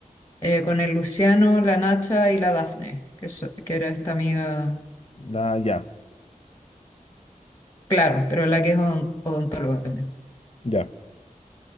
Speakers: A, on the left; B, on the left.
A: eh, con el Luciano, la Nacha y la Dafne, que, so- que era esta amiga,
B: No, ya.
A: claro, pero la que es odon- odontóloga también.
B: Ya.